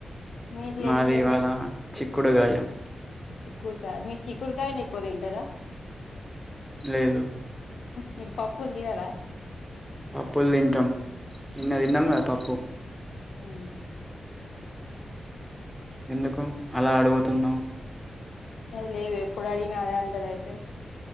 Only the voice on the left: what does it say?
మీ ఇంట్లో
ఏం చేయలే
చిక్కుడుకాయ్ మీ చిక్కుడుకాయని ఎక్కువ తింటారా
మీరు పప్పులు తినరా
ఉ
ఏ లేదు ఎప్పుడు అడిగిన అదే అంటరు అయితే